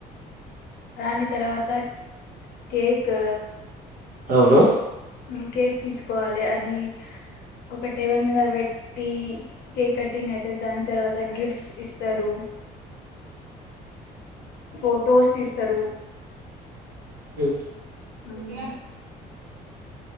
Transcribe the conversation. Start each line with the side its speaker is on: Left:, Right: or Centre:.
Left: దాని తర్వాత కేక్
Right: అవును
Left: హ్మ్మ్, కేక్ తీసుకోవాలి. అది ఒక టేబుల్ మీద పెట్టి కేక్ కటింగ్ అయితే దాని తర్వాత గిఫ్ట్ ఇస్తారు, ఫొటోస్ తీస్తారు.
Right: ప
Left: మ్మ్
Right: <inaudible>